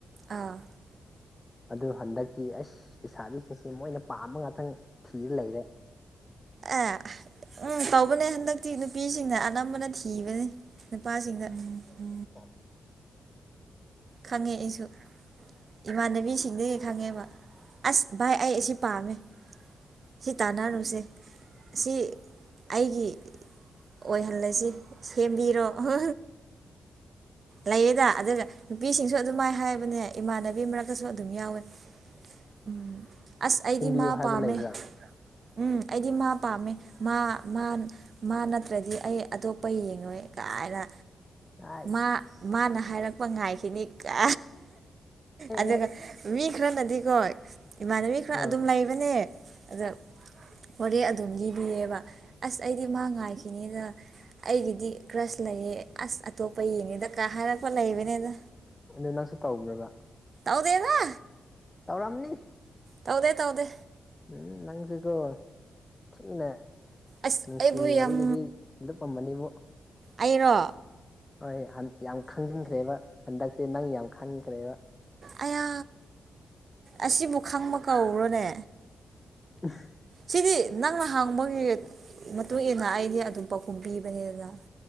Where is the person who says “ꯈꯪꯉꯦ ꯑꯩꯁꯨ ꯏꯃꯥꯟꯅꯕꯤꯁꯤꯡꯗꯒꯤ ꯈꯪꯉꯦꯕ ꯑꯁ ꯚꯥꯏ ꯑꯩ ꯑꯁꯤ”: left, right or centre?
Right